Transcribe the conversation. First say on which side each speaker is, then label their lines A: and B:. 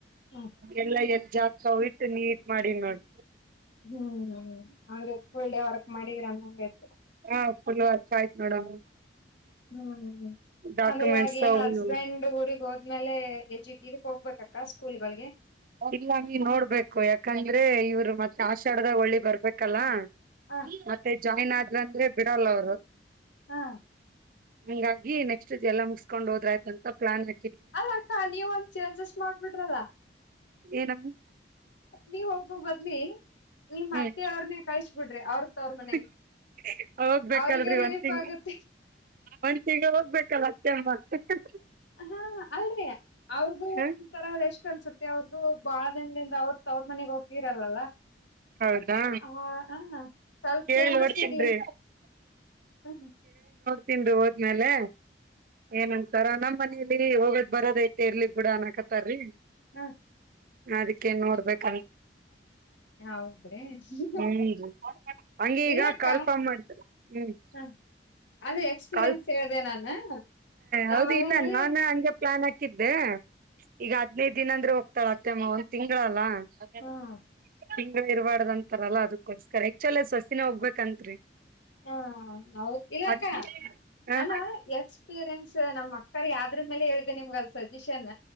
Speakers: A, on the left; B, on the right.
A: ಹ್ಮ್
B: ಎಲ್ಲ ಎ ಜಾಸ್ <unintelligible> ಇಟ್ಟು ನೀಟ್ ಮಾಡಿ ನೋಡು
A: ಹ್ಮ್, ಹ್ಮ. ಅಂದ್ರೆ ಇವತ್ ಫುಲ್ಲಡೇ ವರ್ಕ್ ಮಾಡಿದ್ರ ಅನ್ನ ಗತ್ತ <unintelligible>
B: ಹಾ, ಫುಲ್ ಅವರ್ಸ್ ಆಯ್ತು ಮೇಡಮ್.
A: ಹ್ಮ್.
B: ಡಾಕ್ಯುಮೆಂಟ್ಸ್
A: ಅಂದ್ರೆ ಇವಾಗ ಏನ್
B: ಅವು
A: ಹಸ್ಬೆಂಡ್
B: ಇವು
A: ಊರಿಗ್ ಹೋದ್ಮೇಲೆ, ಎಜುಕಇದುಕ್ಕೆ ಹೋಗ್ಬೇಕಕ್ಕ ಸ್ಕೂಲ್ ಗಳಿಗೆ?
B: ಇಲ್ಲ ನೀ ನೋಡ್ಬೇಕು ಯಾಕಂದ್ರೆ ಇವ್ರು ಮತ್ತೆ ಆಷಾಢದಾಗ ಒಳ್ಳಿ ಬರ್ಬೇಕಲ್ಲ.
A: ಹ
B: ಮತ್ತೆ <unintelligible> ಚೈನಾ <unintelligible> ಇಲ್ಲಂದ್ರೆ ಬಿಡಲ್ಲ ಅವರು.
A: ಹಾ
B: ಹಂಗಾಗಿ ನೆಕ್ಟ್ ಇದ್ ಎಲ್ಲ ಮುಗಸ್ಕೊಂಡ್ ಹೋದ್ರ ಆಯ್ತಂತ ಪ್ಲಾನ್ ಹಾ
A: ಅಲ್ಲ ಅಕ್ಕ, ನೀವ ಒಂದ ಚೇಂಜಸ್ ಮಾಡ್ಬಿಡ್ರಲ್ಲ.
B: ಏನಮ್ಮ
A: ನೀವ ಹೋಗಬ ್ಮ <unintelligible> ನೀವ್ ಮತ್ತೆ
B: ಹ್ಮ್
A: ಅವರ್ನೆ ಕಳ್ಸ ಬಿಡ್ರಿ, ಅವ್ರ
B: <unintelligible>
A: ತವ್ರ ಮನೆಗೆ
B: ಹೋಗ್ಬೇಕಲ್ರಿ
A: ಅವ್ರಿಗೆ ರಿಲೀಫ್
B: ಒಂದ್ ತಿಂಗ
A: ಆಗುತ್ತೆ
B: ಒಂದ್ ತಿಂಗಳ್ ಹೋಗ್ಬೇಕಲ್ಲ ಅತ್ತೆ ಅಮ್ಮ. ಇ <unintelligible>
A: ಹಾ, ಅಲ್ರಿ ಅವ್ರಗು
B: ಹ
A: ಒಂದ ತರ ರೆಷ್ಟ್ ಅನ್ಸುತ್ತೆ, ಅವ್ರಗು ಬಾಳ ದಿನದಿಂದ ಅವ್ರ ತವರ್ ಮನೆಗೆ ಹೋಗ್ತಿರಲ್ಲಲ್ಲ.
B: ಹೌದಾ
A: ಹ ಹಾ, ಸ್ವಲ್ಪ
B: ಕೇಳಿ
A: ಚೇಂಜಸ್
B: ನೋಡ್ತೀನ್ರಿ
A: ಇರಲಿ. ಹ
B: ತಿಂದು ಹೋದ್ಮೇಲೆ ಏನ್ ಹಂಗ್ಸಾರ? ನಮ್ ಮನೇಲಿ ಹೋಗೋದ್ ಬರೋದ ಐತೆ, ಇರ್ಲಿ ಬುಡು ಅನಾಕತ್ತಾರೀ.
A: ಹ್ಮ್
B: ಅದಕ್ಕೆನ್ ನೋಡ್ಬೇಕ
A: ಹೌದ್ರಿ. <unintelligible>
B: ಹ್ಮ್ ಹಂಗೆ
A: ಇಲ್ಲಕ್ಕ.
B: ಈಗ ಕಾಲ್ಫಾರ್ಮ್ ಮಾಡ್ತಾರ ಹ್ಮ್
A: ಹಾ. ಅದೇ ಎಕ್ಸ್ಪೀರಿಯನ್ಸ್
B: ಕಾಲ್
A: ಹೇಳ್ದೆ ನಾನು, ನಮ್
B: ಹೌದು
A: ಮನೆಯಲ್ಲಿ
B: ಇಲ್ಲ ನಾನ ಹಂಗೆ ಪ್ಲಾನ್ ಹಾಕಿದ್ದೆ ಈಗ ಅದಲೇ <unintelligible> ದಿನ ಅಂದ್ರೆ ಹೋಗ್ತಾಳ ಅತ್ತಮ್ಮ, ಒಂದ್ ತಿಂಗಳಲ್ಲಾ? ಹ್ಮ
A: ಹ್ಮ್
B: <unintelligible> ತಿಂಗಳ ಇರಬಾರಡ್ದ ಅಂತಾರಲ್ಲ ಅದಕ್ಕೋಸ್ಕರ ಯಕ್ಚುಲ ಸಸಿನ ಹೋಗ್ಬೇಕಂತ್ರಿ.
A: ಹಾ ಹೌದ ಇಲ್ಲಾಕ್ಕ
B: ಅದ್ ಹಾ
A: ನಾನ ಎಕ್ಸ್ಪೀರಿಯನ್ಸ್ ನಮ್ಮ ಸರಿ ಆದ್ರೆ ಮೇಲೆ ಹೇಳ್ದಿದೆ ನಿಮ್ಗ ಅಲ್ ಸಜೆಷನ್